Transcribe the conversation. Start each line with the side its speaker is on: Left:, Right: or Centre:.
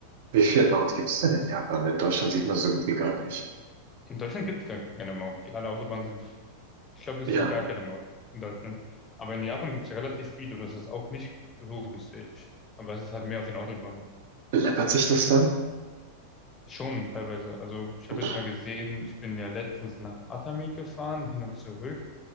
Right: Wie viele Mounts gibt es denn in Japan? In Deutschland sieht man so gut wie gar nicht.
Left: In Deutschland gibt es gar keine Maut. Die alle Autobahnen sind Ich glaube, es
Right: Ja.
Left: gibt gar keine Maut in Deutschland. Aber in Japan gibt es relativ viel und das ist auch nicht so günstig. Aber es ist halt mehr auf den Autobahnen.
Right: Läppert sich das dann?
Left: Schon teilweise. Also ich
Right: Pff,
Left: habe jetzt mal gesehen, ich bin ja letztens nach Atami gefahren, hin und zurück.